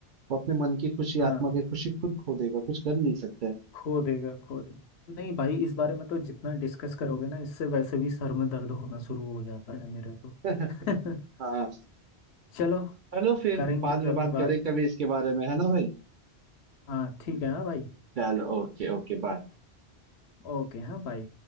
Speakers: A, on the right (about 55°); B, on the left (about 80°).
A: वो अपने मन की खुशी
B: हाँ
A: आत्मा की खुशी खुद खो देगा कुछ कर नहीं सकता है
B: खो देगा खो देगा नहीं भाई इस बारे में तो जितना डिस्कस करोगे ना इससे वैसे भी सर में दर्द होना शुरू हो जाता है मेरे तो
A: <laughs>
B: <laughs>
A: हाँ
B: चलो
A: चलो फिर
B: करेंगे
A: बाद में
B: कभी
A: बात करें
B: बात
A: कभी इसके बारे में है ना भाई
B: हाँ ठीक है हाँ भाई
A: चलो ओके ओके बाय
B: ओके हाँ बाय